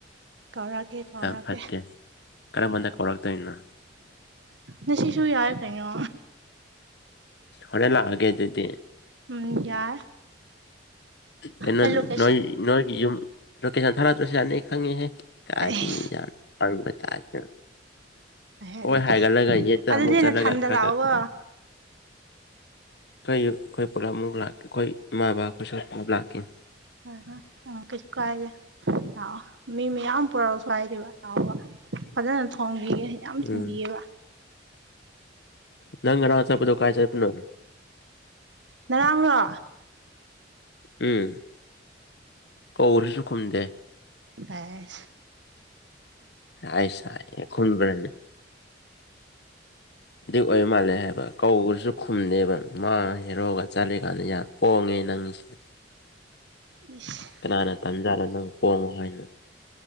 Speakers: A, on the right; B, on the left.
A: ꯀꯧꯔꯛꯀ‌ꯦ ꯀꯧꯔꯛꯀ‌ꯦ
B: ꯌꯥꯝ ꯐꯠꯇꯦ ꯀꯔꯝꯕꯅ ꯀꯧꯔꯛꯇꯣꯏꯅꯣ
A: ꯅꯁꯤꯁꯨꯨ ꯌꯥꯏ ꯀꯩꯅꯣ
B: ꯍꯣꯔꯦꯜ ꯂꯥꯛꯑꯒꯦ ꯑꯗꯨꯗꯤ
A: ꯎꯝ ꯌꯥꯏ
B: ꯀꯩꯅꯣ
A: ꯑꯩ ꯂꯣꯀꯦꯁꯟ
B: ꯅꯣꯏ ꯅꯣꯏꯒꯤ ꯌꯨꯝ ꯂꯣꯀꯦꯁꯟ ꯊꯥꯔꯛꯇ꯭ꯔꯁꯨ ꯌꯥꯔꯅꯤ ꯑꯩ ꯈꯪꯉꯦꯍꯦ ꯀꯔꯤ
A: ꯑꯩꯁ
B: ꯌꯥꯝ ꯄꯪꯕ ꯇꯥꯏꯞꯇ
A: ꯑꯗꯨꯗꯤ
B: ꯍꯣꯏ ꯍꯥꯏꯒꯠꯂꯒ ꯌꯦꯠꯇ
A: ꯑꯗꯨꯗꯤ
B: ꯑꯃꯨꯛ ꯆꯠꯂꯒ
A: ꯅꯊꯟꯗ
B: ꯈꯔ
A: ꯂꯥꯛꯑꯣꯒꯣ
B: ꯈ ꯀꯩꯌꯨꯛ ꯑꯩꯈꯣꯏ ꯄꯨꯂꯞꯃꯨꯛ ꯂꯥꯛꯀꯦ ꯑꯩꯈꯣꯏ ꯏꯃꯥ ꯕꯥ ꯑꯩꯈꯣꯏꯁꯨ ꯄꯨꯂꯞ ꯂꯥꯛꯈꯤꯅꯤ
A: ꯍꯣꯏ ꯍꯣꯏ ꯎꯪ ꯀꯩꯁꯨ ꯀꯥꯏꯗꯦ ꯂꯥꯛꯑꯣ ꯃꯤ ꯃꯌꯥꯝ ꯄꯨꯔꯛꯑꯣꯁꯨ ꯀꯩꯁꯨ ꯀꯥꯏꯗ‌ꯦꯕ ꯂꯥꯛꯑꯣꯕ ꯐꯖꯅ ꯊꯣꯡꯕꯤꯒꯦ ꯌꯥꯝ
B: ꯎꯝ
A: ꯊꯣꯡꯕꯤꯒꯦꯕ
B: ꯅꯪ ꯉꯔꯥꯡ ꯆꯠꯄꯗꯣ ꯀ꯭ꯔꯥꯏ ꯆꯠꯄꯅꯣ
A: ꯉꯔꯥꯡꯔꯣ
B: ꯎꯝ ꯀꯧꯔꯁꯨ ꯈꯨꯝꯗꯦ
A: ꯑꯥꯁ
B: ꯑꯥꯁꯥ ꯍꯥꯏꯌꯦ ꯈꯨꯝꯒ꯭ꯔꯥꯅꯤ ꯑꯗꯨꯏ ꯑꯣꯏꯔꯃꯥꯜꯂꯦ ꯍꯥꯏꯕ ꯀꯧꯕꯁꯨ ꯈꯨꯝꯗꯦꯕ ꯃꯥ ꯍꯦꯔꯣꯒ ꯆꯠꯂꯤꯀꯥꯟꯗ ꯌꯥꯝ ꯄꯣꯡꯉꯦ ꯅꯪꯁꯦ
A: ꯏꯁ
B: ꯀꯅꯥꯅ ꯇꯝꯖꯥꯠꯂꯥ ꯅꯪ ꯄꯣꯡꯌ‌ꯣ ꯍꯥꯏꯅ